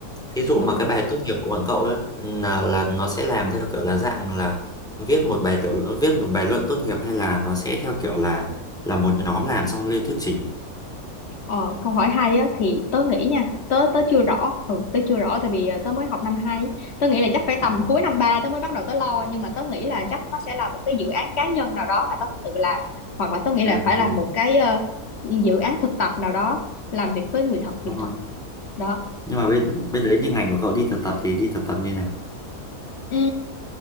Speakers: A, in the centre; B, on the left (about 45°).
A: thí dụ
B: ừ.
A: mà cái bài tốt nghiệp của bọn cậu đó là, là nó sẽ làm theo kiểu là dạng là viết một bài tiểu viết một bài luận tốt nghiệp hay là nó sẽ theo kiểu là là một nhóm làm xong lên thuyết trình
B: Ờ, câu hỏi hay á thì tớ nghĩ nha, tớ tớ chưa rõ. Ừ, tớ chưa rõ tại vì ờ, tớ mới học năm 2. Tớ nghĩ là chắc phải tầm
A: à,
B: cuối năm 3 tớ mới bắt đầu tớ lo nhưng mà tớ nghĩ là chắc nó sẽ là một cái dự án cá nhân nào đó mà tớ phải tự làm hoặc là tớ nghĩ là
A: à
B: phải
A: cái
B: là
A: đấy,
B: một cái ờ, dự án thực tập nào đó làm việc với người thật, việc
A: đúng rồi
B: thật đó.
A: nhưng mà bên bên đấy như ngành của cậu đi thực tập thì đi thực tập như nào
B: Ừ.